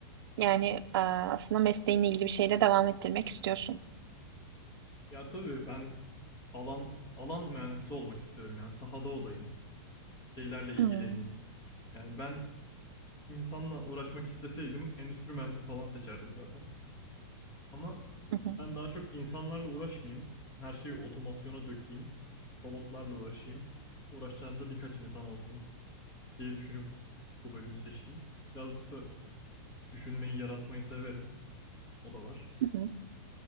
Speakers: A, on the right; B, on the left.
A: Yani e, aslında mesleğinle ilgili bir şeyde devam ettirmek istiyorsun.
B: Ya tabii ben alan alan mühendisi olmak istiyorum yani sahada olayım, şeylerle ilgileneyim.
A: Hmm,
B: Yani ben insanla uğraşmak isteseydim endüstri mühendisi falan seçerdim zaten. Ama
A: Hı hı.
B: ben daha çok insanlarla uğraşmayayım, her şeyi otomasyona dökeyim, robotlarla uğraşayım, uğraşacağım da birkaç insan olsun diye düşünüp bu bölümü seçtim. Birazcık da düşünmeyi, yaratmayı severim. O da var.
A: Hı hı.